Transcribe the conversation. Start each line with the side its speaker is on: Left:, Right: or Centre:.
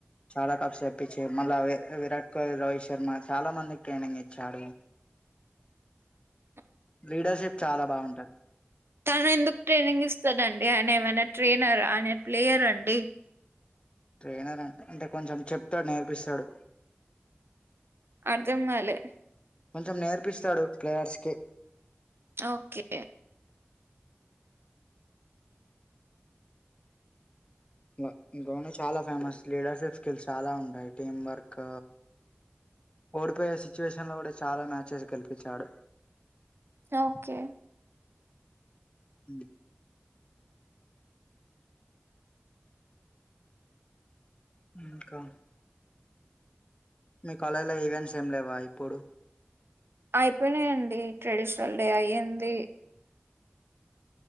Left: చాలా కప్స్ తెప్పిచ్చి మళ్ళా వి విరాట్ కోహ్లీ, రోహిత్ శర్మ చాలా మందికి ట్రైనింగ్ ఇచ్చాడు.
Right: ఉ
Left: లీడర్షిప్ చాలా బాగుంటది
Right: తను ఎందుకు ట్రైనింగ్ ఇస్తాడండి? ఆయన ఏమైనా ట్రైనరా? ఆయన ప్లేయర్ అండి. డి
Left: ట్రైనర్ అం అంటే కొంచెం చెప్తడు, నేర్పిస్తాడు.
Right: అర్దంగాలే?
Left: కొంచెం నేర్పిస్తడు ప్లేయర్స్ కి.
Right: ఓకే
Left: గా ధోనీ చాలా ఫేమస్, లీడర్షిప్ స్కిల్స్ చాలా ఉంటాయి. టీం వర్క్, ఓడిపోయే సిచ్యువేషన్ లో కూడా చాలా మ్యాచెస్ గెలిపిచాడు.
Right: ఓకే
Left: ఉమ్ ఇంకా మీ కాలేజ్ లో ఈవెంట్స్ ఏం లేవా ఇప్పుడు
Right: అయిపోనాయండి ట్రెడిషనల్ డే అయ్యింది